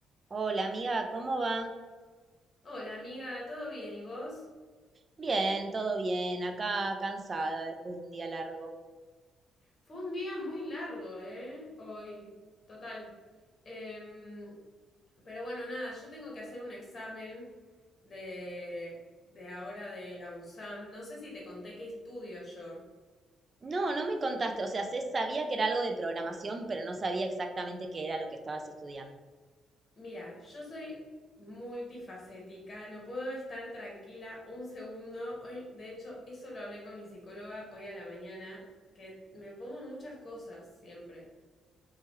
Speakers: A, on the right (about 30°); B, on the left (about 40°).
A: Hola amiga, ¿cómo va?
B: Hola amiga, ¿todo bien? ¿Y vos?
A: Bien, todo bien, acá cansada después de un día largo.
B: Fue un día muy largo, ¿eh? Hoy, total. Em, pero bueno, nada, yo tengo que hacer un examen de, de ahora de la UNSAM. No sé si te conté qué estudio yo.
A: No, no me contaste, o sea, sé, sabía que era algo de programación, pero no sabía exactamente qué era lo que estabas estudiando.
B: Mira, yo soy multifacética, no puedo estar tranquila un segundo. Hoy, de hecho, eso lo hablé con mi psicóloga hoy a la mañana, que me pongo muchas cosas siempre.